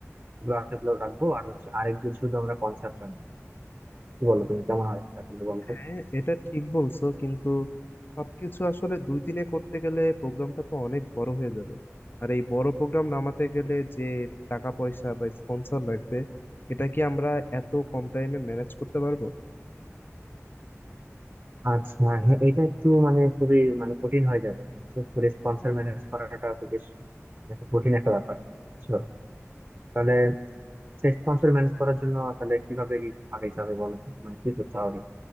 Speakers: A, on the right; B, on the left.
A: এগুলো আছে, এগুলো রাখবো আর হচ্ছে আরেকদিন শুধু আমরা কনসার্ট রাখবো কি বলো তুমি কেমন হয় এটা কিন্তু বলো
B: হ্যাঁ
A: তো
B: এটা ঠিক বলছো কিন্তু সবকিছু আসলে দুই দিনে করতে গেলে প্রোগ্রামটা তো অনেক বড় হয়ে যাবে আর এই বড় প্রোগ্রাম নামাতে গেলে যে টাকা পয়সা বা স্পন্সর লাগবে এটা কি আমরা এত কম টাইমে ম্যানেজ করতে পারবো
A: আচ্ছা হ্যাঁ এটা একটু মানে খুবই মানে কঠিন হয়ে যাবে বিশেষ করে স্পন্সর ম্যানেজ করাটা তো বেশ একটা কঠিন একটা ব্যাপার বুঝছো তাহলে সেই স্পন্সর ম্যানেজ করার জন্য তাহলে কিভাবে কি আগাইতে হবে বলো তো মানে কি করতে হবে